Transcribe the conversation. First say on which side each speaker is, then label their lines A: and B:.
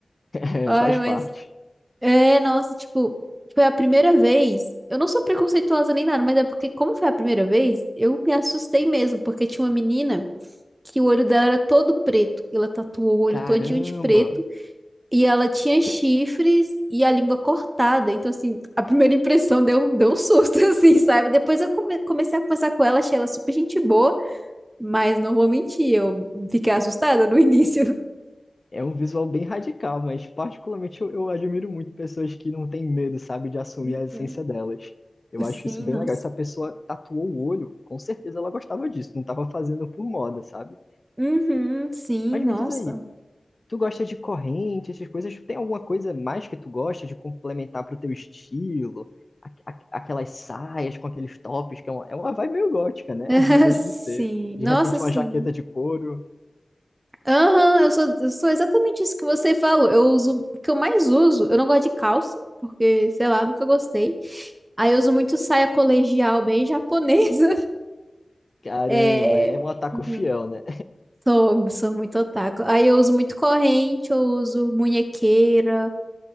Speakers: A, on the left; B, on the right.
A: É,
B: Ai,
A: faz
B: mas
A: parte.
B: é, nossa, tipo, foi a primeira vez. Eu não sou preconceituosa nem nada, mas é porque, como foi a primeira vez, eu me assustei mesmo, porque tinha uma menina que o olho dela era todo preto. Ela tatuou o olho
A: Caramba!
B: todinho de preto e ela tinha chifres e a língua cortada. Então, assim, a primeira impressão deu, deu um susto, <laughs> assim, sabe? Depois eu come- comecei a conversar com ela, achei ela super gente boa, mas não vou mentir, eu fiquei assustada no <laughs> início.
A: É um visual bem radical, mas particularmente eu, eu admiro muito pessoas que não têm medo, sabe, de assumir
B: Uhum.
A: a essência delas. Eu
B: Sim,
A: acho isso bem
B: nossa.
A: legal. Se a pessoa tatuou o olho, com certeza ela gostava disso, não estava fazendo por moda, sabe?
B: Uhum, sim,
A: Mas
B: nossa.
A: me diz aí, tu gosta de corrente, essas coisas? Tem alguma coisa mais que tu gosta de complementar pro teu estilo? A- a- Aquelas saias com aqueles tops, que é uma, é uma vibe meio gótica, né?
B: <laughs>
A: <laughs> Não deixa
B: Sim,
A: de ser. De
B: nossa,
A: repente
B: sim.
A: uma jaqueta de couro.
B: Aham, eu sou, eu sou exatamente isso que você falou. Eu uso, o que eu mais uso, eu não gosto de calça, porque, sei lá, nunca gostei. Aí eu uso muito saia colegial, bem japonesa. <laughs>
A: Caramba,
B: É,
A: é um ataque
B: uhum,
A: fiel, né?
B: sou, sou muito otaku. Aí eu uso muito corrente, eu uso munhequeira,